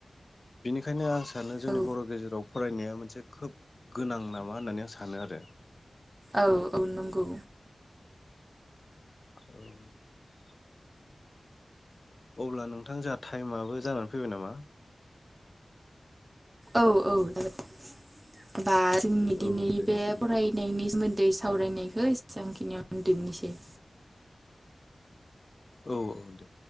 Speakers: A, on the left (about 40°); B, on the right (about 20°).
A: बिनिखायनो आं सा सानो जोंनि
B: औ
A: बरगेजेराव फरायनाया मोनसे खोब गोनां नामा होननानै आं सानो आरो
B: औ औ नंगौ
A: औ अब्ला नोंथां जोंहा टाइमआबो जानानै फैबाय नामा?
B: औ औ जाबाय बा जोंनि दिनै
A: औ दे
B: बे
A: बिदिब्ला
B: फरायनायनि सोमो दै सावरायनायखौ एसेबांखिनियाव <unintelligible>
A: औ औ दे